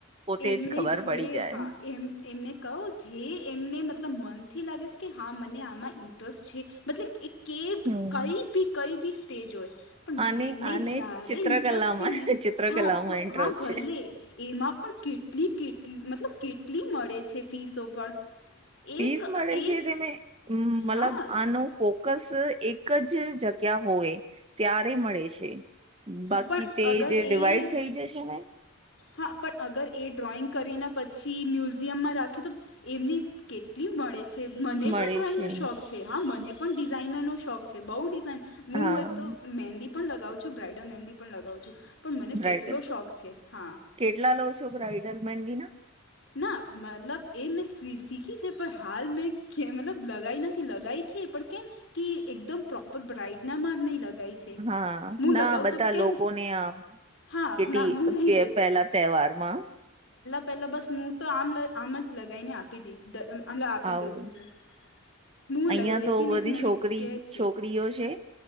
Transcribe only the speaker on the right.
પોતે
જ ખબર
પડી જાય.
હમ
આને
આને
ચિત્રકલામાં
ચિત્રકલામાં
ઇન્ટરેસ્ટ
છે
પીસ મળે
છે તમે મતલબ
આનો, ફોકસ એક જ જગ્યા હોય ત્યારે મળે છે. બાકી
તે
જે ડિવાઈડ
થઈ જશે ને.
મળે
છે
હા
બ્રાઈડલ
કેટલા લો છો બ્રાઈડલ મેંધી ના.
હા
ના
બધા
લોકોને આમ
કેતી
પે પેહલા તહેવારમાં
આવું
અહિયાં
તો બધી
છોકરી
છોકરીઓ છે